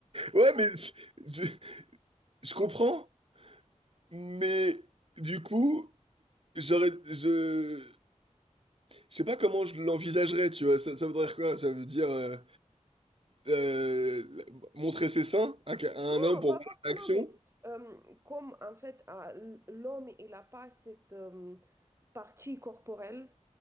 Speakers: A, on the right; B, on the right.
A: Ouais, mais je, je- je comprends, mais du coup, j'aurais, je, je sais pas comment je l'envisagerais, tu vois. Ça, ça voudrait dire quoi? Ça veut dire. euh, euh, montrer ses seins à à un
B: Non,
A: homme pour
B: pas
A: voir
B: forcément,
A: la réaction,
B: mais euh, comme en fait, ah, l- l'homme, il n'a pas cette, euh, partie corporelle.